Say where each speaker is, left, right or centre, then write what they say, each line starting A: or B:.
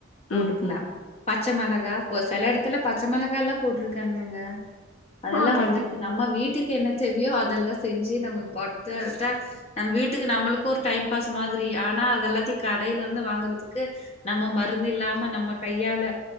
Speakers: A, on the left; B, on the left.
A: போட்டுக்கலா
B: ம்ஹ்ம்.
A: பச்சை மெளகா சில இடத்துல பச்சை மெளகா எல்லா போட்ருக்காங்குங்க அதெல்லா
B: ஆ கண்டிப்பா.
A: வந்திருக்கு நம்ம வீட்டுக் என்ன தேவையோ அதெல்லா செஞ்சு நம்ம <inaudible> நம்ம வீட் <inaudible> நம்மளுக்கும் ஒரு டைம் பாஸ் மாதிரி ஆனா அத எல்லாத்தையு கடையில இருந்து வாங்குறதுக்கு நம்ம மருந்து இல்லாம நம்ப நம்ம கையால